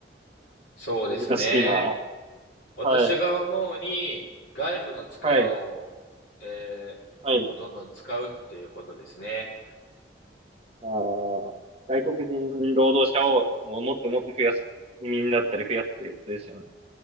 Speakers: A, on the left; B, on the right.
A: そうですね。
B: 難しいな。
A: 私が思うに、
B: はい、
A: 外部の力を、
B: はい、
A: えーもうどんどん使うっていうことですね。
B: はい。あー、外国人労働者をもうもっともっと増やす、移民だったり増やすということですよね。